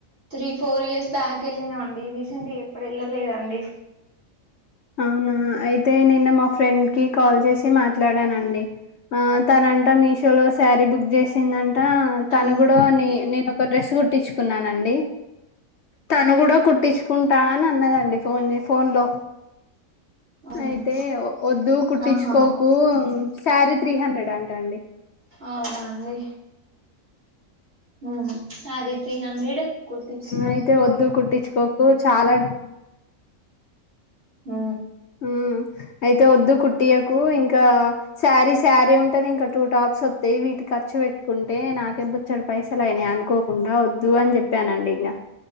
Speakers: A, on the right; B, on the left.
A: three four years back వెళ్ళినాం అండి రీసెంట్గా ఎప్పుడు వెళ్ళలేదండి
B: అవునా అయితే నిన్న మా ఫ్రెండ్ కి కాల్ చేసి మాట్లాడానండి ఆ తనంట మీషోలో శారీ బుక్ చేసిందం టా తను
A: అవును
B: కూడా ని నేనొక డ్రెస్ కుట్టించు కున్నానండి తను కూడ కుట్టించుకుంటా అని అన్నదండి ఫోన్ ఫోన్ లో
A: అవునండి
B: అయితే ఒద్దు కుట్టిచ్చుకోకు
A: ఆహా
B: శారీ త్రీ హండ్రెడ్ అంటా అండి
A: అవునా అండి ఆమ్ సారీ త్రీ హండ్రెడ్ కుట్టించినందుకు
B: అయితే వద్దు కుట్టించుకోకు చాలా
A: హ
B: ఉ అయితే వద్దు కుట్టియ్యకు ఇంకా శారీ శారీ ఉంటది ఇంకా టూ టాప్స్ వస్తాయి వీటికి ఖర్చు పెట్టుకుంటే నాకే బొచ్చడు పైసలయినయి అనుకోకుండా వద్దు అని చెప్పానండి ఇంకా